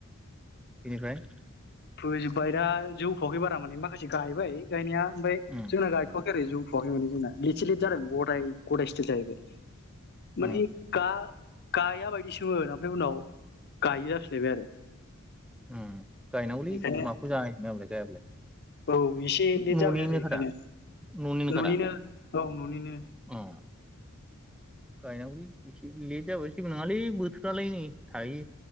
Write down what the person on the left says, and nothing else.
फोजोब्बाय ना जौथवाखै बारा माने माखासे गायबाय गायनाया ओमफ्राय
जोंना गाइथ ओरै जौथवाखै माने जोंना इसे लेथ जादों गदाय गदाय स्टिल जाहैबाय माने
गा गाया बायदिसोमोन ओमफ्राय उनाव गायो जाफिनलायबाय आरो
बेखायनो
औ एसे लेट
जाबाय आरो बेखायनो
न'निनो औ न'निनो